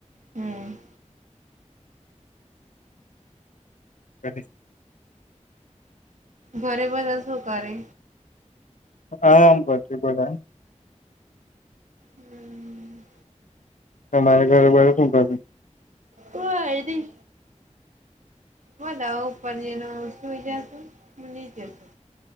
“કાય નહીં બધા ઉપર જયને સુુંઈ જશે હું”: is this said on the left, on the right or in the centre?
Right